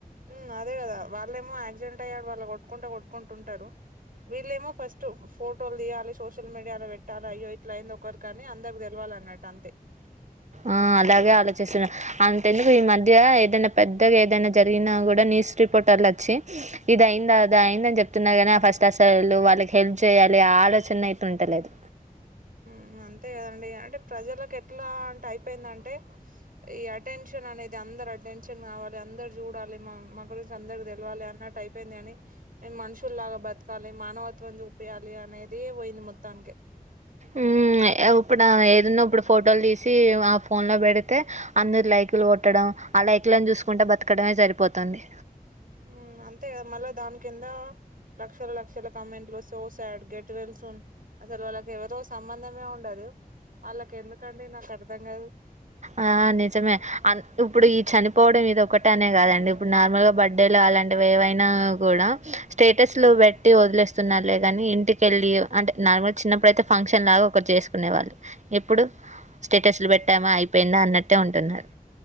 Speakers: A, on the right; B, on the right.
A: ఉమ్ అదే కదా వాళ్ళేమో యాక్సిడెంట్ అయ్యి ఆడ వాళ్ళు కొట్టుకుంటా కొట్టుకుంటుంటారు వీళ్ళేమో ఫస్టు ఫోటోలు తీయాలి సోషల్ మీడియాలో పెట్టాలి అయ్యో ఇట్లా అయ్యింది ఒకరికి అని అందరికీ తెలవాలన్నటు అంతే
B: ఆ అలాగే ఆలోచిస్తునా అంతెందుకు ఈ మధ్య ఏదైనా పెద్దగా ఏదైనా జరిగినా కూడా న్యూస్ రిపోర్టర్లు అచ్చి ఇది అయిందా అది అయిందని చెప్ తున్నా కానీ ఆ ఫస్ట్ అసలు వాళ్ళకి హెల్ చెయ్యాలి ఆలోచన అయితే ఉంటలేదు
A: ఉమ్ అంతే గదండి అంటే ప్రజలకు ఎట్లా అంటే అయిపోయిందంటే ఈ అటెన్షన్ అనేది అందరు అటెన్షన్ గావాలి అందరు జూడాలి మా మా గురించి అందరు దెలవాలి అన్న టైప్ అయిపోయింది గాని మేము మనుషుల్లాగా బతకాలి మానవత్వం జూపియాలి అనేది పోయింది మోత్తానికే
B: ఉమ్ ఇప్పుడు ఏదన్నా ఇప్పుడు ఫోటోలు తీసి ఆ ఫోన్ లో బెడితే అందరు లైకులు కొట్టడం ఆ లైకులను జూసుకుంటే బతకడమే సరిపోతుంది
A: ఉమ్ అంతేగా మళ్ళా దాని కింద లక్షల లక్షల కామెంట్లు వస్తే oh sad get well soon అసలు వాళ్ళకి ఎవరో సంబంధమే ఉండదు వాళ్ళకి ఎందుకండి నాకు అర్థం గాదు
B: ఆ నిజమే అ ఇప్పుడు ఈ చనిపోవడం ఇదొకటే అనే గాదండి ఇప్పుడు నార్మల్ గా బ ర్డేలో అలాంటివి ఏవైనా గూడా స్టేటస్లు బెట్టి వదిలేస్తున్నారులే గానీ ఇంటికెళ్ళి అంటే నార్మల్ చిన్నప్పుడు అయితే ఫంక్షన్ లాగా ఒకటి చేసుకునే వాళ్ళు ఎప్పుడు స్టేటస్లు పెట్టామా అయిపోయిందా అన్నట్టే ఉంటున్నారు